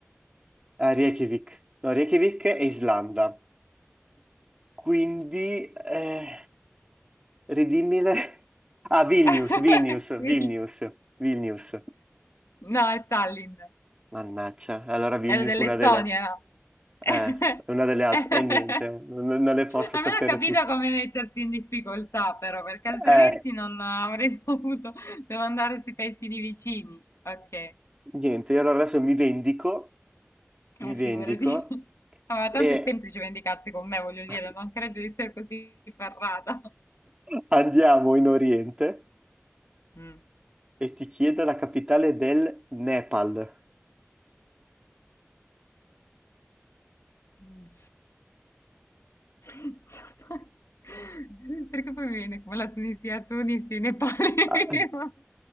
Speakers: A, on the right (about 20°); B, on the left (about 85°).
A: Eh, Reykjavik. No, Reykjavik e Islanda. Quindi... eh, Ridimmile. <laughs> Ah, Vilnius,
B: <laughs>
A: Vilnius,
B: Vil-
A: Vilnius, Vilnius.
B: No, è Tallinn.
A: Mannaggia, allora Vilnius
B: Era dell'Estonia,
A: una delle,
B: no?
A: eh,
B: <laughs>
A: una delle altre, e niente, non, non le posso
B: Almeno
A: sapere
B: ho capito
A: tutte.
B: come metterti in difficoltà, però, perché altrimenti
A: Eh,
B: non avrei <laughs> dovuto... Devo andare sui paesini vicini. Ok.
A: niente, io allora adesso mi vendico, mi
B: Eh, figurati.
A: vendico
B: <laughs> Ah, ma
A: e
B: tanto è semplice vendicarsi con me, voglio dire,
A: <laughs>
B: non credo di essere così ferrata.
A: andiamo in Oriente
B: Mm.
A: e ti chiedo la capitale del Nepal.
B: Mm. Insomma, <laughs> perché poi mi viene come la Tunisia, Tunisi, Nepali.
A: Ah,
B: <laughs>